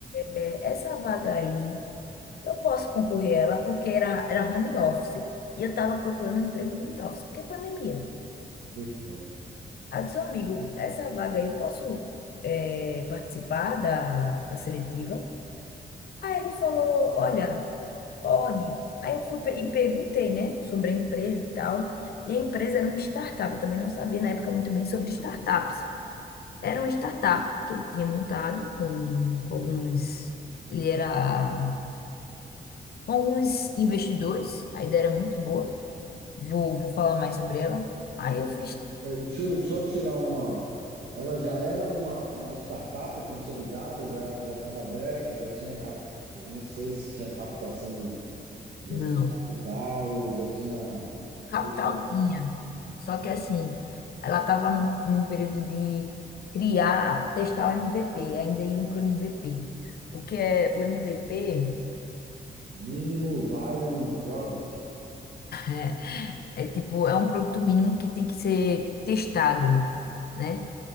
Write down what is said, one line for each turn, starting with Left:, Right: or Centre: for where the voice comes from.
Left: É, essa vaga aí. Eu posso concorrer a ela porque era, era home office. E eu estava procurando um emprego home office, porque é pandemia.
Right: pois é.
Left: Aí eu disse, amigo, essa vaga aí eu posso eh, participar da, da seletiva? Aí ele falou, olha, pode. Aí eu fui pe- e perguntei, né, sobre a empresa e tal. E a empresa era uma startup, eu também não sabia na época muito bem sobre startups. Era uma startup que ele tinha montado com, com alguns... Ele era com alguns investidores, a ideia era muito boa. Vou, vou falar mais sobre ela. Aí eu fiz.
Right: É, Deixa eu só tirar uma. Ela já era uma, uma startup consolidada, já já estava aberto, já tinha cap... não sei se tinha captação do... já
Left: Não,
Right: tinha capital, já tinha
Left: Capital
Right: outra-
Left: tinha. Só que assim, ela estava no, num período de criar, testar o MVP, ainda iam para o MVP. O que é o MVP?
Right: mínimo viable product.
Left: É é tipo, é um produto mínimo que tem que ser testado, né?